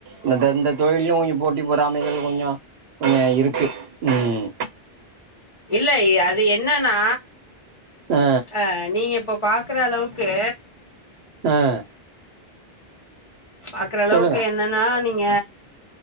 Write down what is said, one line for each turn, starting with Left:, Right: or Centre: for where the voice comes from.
Right: இந்தந்த இந்த தொழில்லயு இங்க போட்டி பொறாமைகள் கொஞ்சோ இருக்கு ம்
Left: இல்லை அது என்னன்னா
Right: ஆ
Left: அ நீங்க இப்ப பாக்குற அளவுக்கு
Right: அ
Left: பாக்குற அளவுக்கு
Right: சொல்லுங்க
Left: என்னன்னா நீங்க